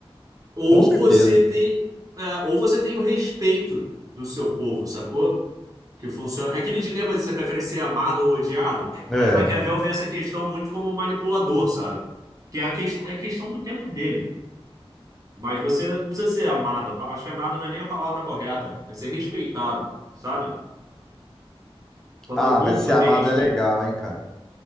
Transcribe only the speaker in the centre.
com certeza.
É.
Ah,
mas ser amado
é legal, hein, cara?